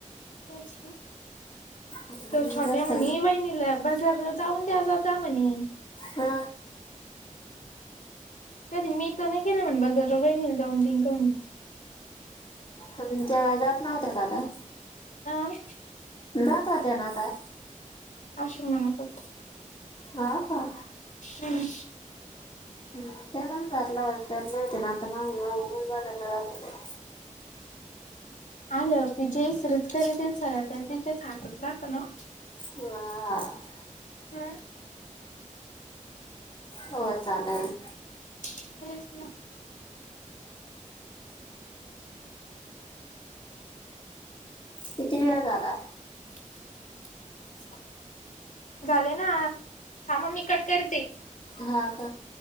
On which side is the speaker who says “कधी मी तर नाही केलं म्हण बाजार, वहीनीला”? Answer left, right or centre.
Left